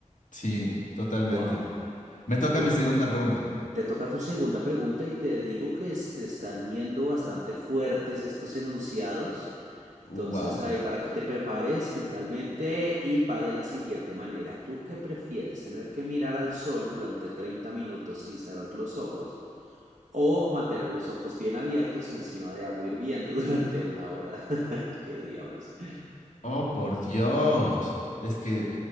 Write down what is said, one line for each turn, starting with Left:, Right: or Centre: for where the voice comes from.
Left: Sí, totalmente.
Right: Wow.
Left: Me toca
Right: Bueno,
Left: mi segunda pregunta.
Right: te toca tu segunda pregunta y te digo que se están yendo bastante fuertes estos enunciados.
Left: Wow.
Right: Entonces ahí para que te prepares mentalmente y va de la siguiente manera. ¿Tú qué prefieres? ¿Tener que mirar al sol durante 30 minutos sin cerrar los ojos o mantener los ojos bien abiertos encima de agua hirviendo <laughs> durante una hora? <laughs> ¿Qué diablos?
Left: Oh, por Dios. Es que